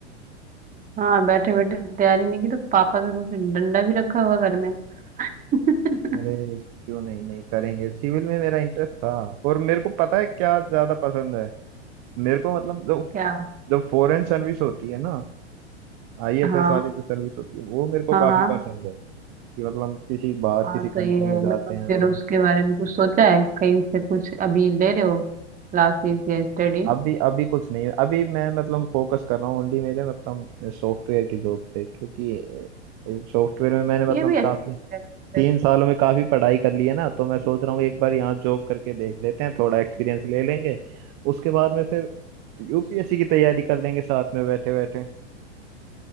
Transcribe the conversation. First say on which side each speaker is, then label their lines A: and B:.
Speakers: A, on the right; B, on the right.
A: हाँ बैठे बैठे तैयारी नहीं की तो पापा का कुछ डंडा भी रखा होगा घर में <laughs>
B: अरे क्यों नहीं नहीं करेंगे सिविल में मेरा इंटरेस्ट था और मेरे को पता है क्या ज्यादा पसंद है मेरे को मतलब जो
A: क्या
B: जो फॉरेन सर्विस होती है ना आईएफएस
A: हाँ
B: वाली जो सर्विस होती है वो मेरे को
A: हाँ
B: काफी
A: हाँ
B: पसंद है कि मतलब हम किसी बाहर
A: हाँ
B: किसी
A: तो
B: कंट्री
A: ये है,
B: में जाते
A: मतलब
B: हैं
A: फिर
B: और वहाँ-
A: उसके बारे में कुछ सोचा है कहीं से कुछ अभी ले रहे हो क्लासेस या स्टडी
B: अभी अभी कुछ नहीं है अभी मैं मतलब फोकस कर रहा हूँ ओनली मेरे मतलब सॉफ्टवेयर की जॉब पे क्योंकि सॉफ्टवेयर में मैंने मतलब
A: ये भी अच्छी
B: काफी
A: है
B: तीन
A: वैसे।
B: सालों में काफी पढ़ाई कर ली है ना तो मैं सोच रहा हूँ एक बार यहाँ जॉब करके देख लेते हैं थोड़ा एक्सपीरियंस ले लेंगे उसके बाद में फिर यूपीएससी की तैयारी कर लेंगे साथ में बैठे बैठे